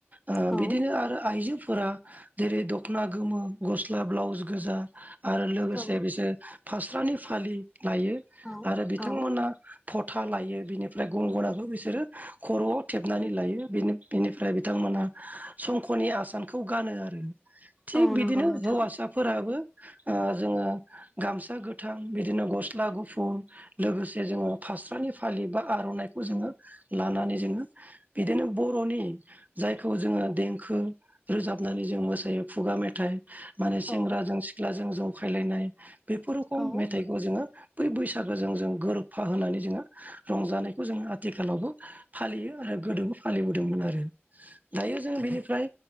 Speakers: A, on the right; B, in the centre.
A: ओ
B: औ
A: बिदिनो आरो आइजोफोरा। जेरै दख'ना गोमो गस्ला ब्लाउस गोजा आरो लोगोसे
B: औ
A: बिसोर फास्रानि फालि लायो
B: औ
A: आरो बिथांमोना
B: औ
A: फथा लायो बिनिफ्राय गंगनाखौ बिसोरो खर'आव थेबनानै लायो बेनिफ्राय बिथांमोना संख'नि आसानखौ गानो आरो थिग
B: औ
A: बिदिनो
B: नंगौ नोंथां
A: हौवासाफोराबो ओ जोंङो गामसा गोथां बिदिनो गस्ला गुफुर लोगोसे जोंङो फास्रानि फालि बा आर'नाइखौ जोंङो लानानै जोंङो बिदिनो बर'नि जायखौ जोंङो देंखो रोजाबनानै जों मोसायो खुगा मेथाइ माने सेंग्राजों
B: औ
A: सिख्लाजों जंखायलायनाय बेफोर रख
B: औ
A: मेथाइ जोंङो बै बैसागोजों जों गोरोबफा होनानै जोंङो रंजानायखौ जोंङो आथिखालावबो फालियो आरो गोदोबो फालिबोदोंमोन आरो दायो जों बेनिफ्राय